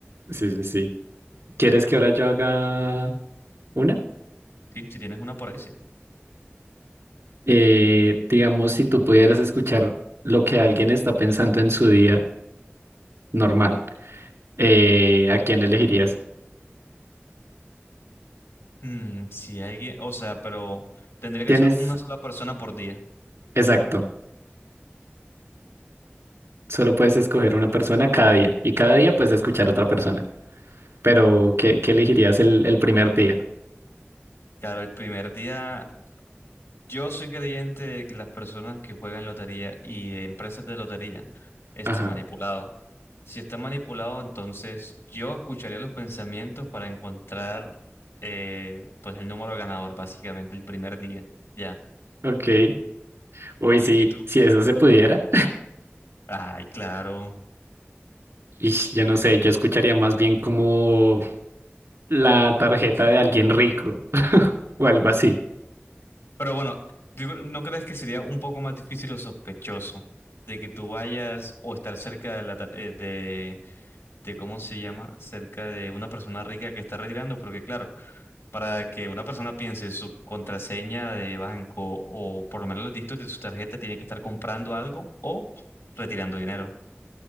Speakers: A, on the right (about 80°); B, on the left (about 80°).
A: Sí, sí, sí. ¿Quieres que ahora yo haga una?
B: Sí, si tienes una por ahí, sí.
A: Eh, digamos, si tú pudieras escuchar lo que alguien está pensando en su día normal, eh, ¿a quién elegirías?
B: Mm, si alguien, o sea, pero tendría
A: Tienes,
B: que ser una sola persona por día.
A: exacto, solo puedes escoger una persona cada día y cada día puedes escuchar otra persona. Pero, ¿qué, qué elegirías el, el primer día?
B: Claro, el primer día, yo soy creyente de que las personas que juegan lotería y de empresas de lotería están
A: Ajá,
B: manipulados. Si están manipulados, entonces yo escucharía los pensamientos para encontrar eh, pues el número ganador, básicamente, el primer día. Ya.
A: ok. Uy, sí,
B: ¿Y tú?
A: si eso se pudiera.
B: Ay, claro.
A: <laughs> Ish, yo no sé, yo escucharía más bien como la tarjeta de alguien rico <laughs> o algo así.
B: Pero bueno, digo, ¿no crees que sería un poco más difícil o sospechoso de que tú vayas o estar cerca de la ta- eh, de, de cómo se llama, cerca de una persona rica que está retirando? Porque claro, para que una persona piense su contraseña de banco o por lo menos los dígitos de su tarjeta, tiene que estar comprando algo o retirando dinero.